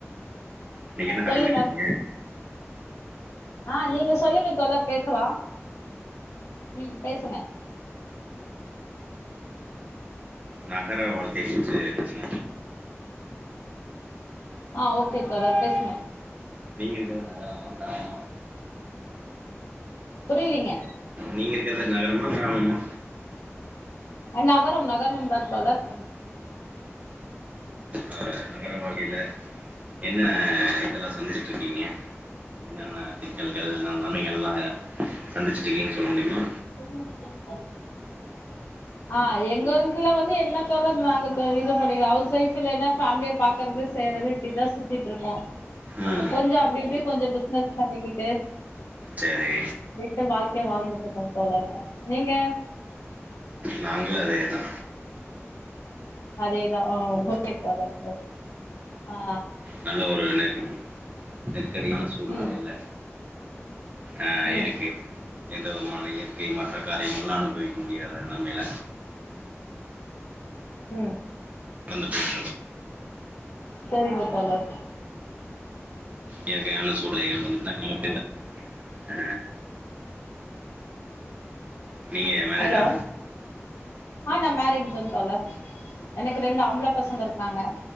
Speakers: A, on the right; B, on the left.
A: நீங்க என்ன நர்ஸிங்காங்க
B: சொல்லுங்க ஆ நீங்க சொல்லுங்க தோழர் பேசலா ம் பேசுங்க
A: நகர வாழ்க்கை பற்றி பேசலா
B: ஆ ஓகே தோழர் பேசுங்க
A: நீங்க இருக்குறது நகரமா கிராமமா
B: புரியலீங்க
A: நீங்க இருக்குறது நகரமா கிராமமா
B: அ நகரம் நகரம் தான் தோழர்
A: அ நகர வாழ்க்கைல என்ன இதெல்லா சந்திச்சிருக்கீங்க என்னன்ன சிக்கல்கள் என்னென்னானு எல்லா அ சந்திச்சிட்ருக்கீங்னு சொல்ல முடியுமா
B: <unintelligible> ஆ எங்கள்துல வந்து என்ன த நாங்க இது பண்ணீ அவ்ஸ் வைஃப்ல என்ன ஃபேமிலிய பாக்குறது செய்றது இப்டிதா சுத்தியிட்ருப்போ
A: ம்
B: அ கொஞ்சொ அப்டி இப்டி கொஞ்சொ பி ந பண்ணிக்கிட்டு
A: சரி
B: அப்டின்ட்டு வாழ் வாழ்ந்துட்ருக்கோ தோழர் நீங்க
A: நாங்களு அதே தா
B: அதேதா ஓ ஓகே தோழர் ஆ
A: நல்ல ஒரு நெருக் நெருக்கடியான சூழ்நிலைல
B: ம்
A: ஆ
B: ம்
A: இருக்கு எந்தவிதமான இயற்கை மாற்ற காரியங்கள்லா அனுபவிக்க முடியாத நெலமைல
B: உம்
A: நடந்து போயிட்ருக்கு
B: சரிங்க தோழர்
A: இயற்கையான சூழ்நிலைகள் <unintelligible> ஆ நீங்க மேரேஜா
B: ஹலோ ஆ நா மேரீட்தாங் தோழர் எனக்கு ரெண்டு ஆம்பள பசங்க இருக்காங்க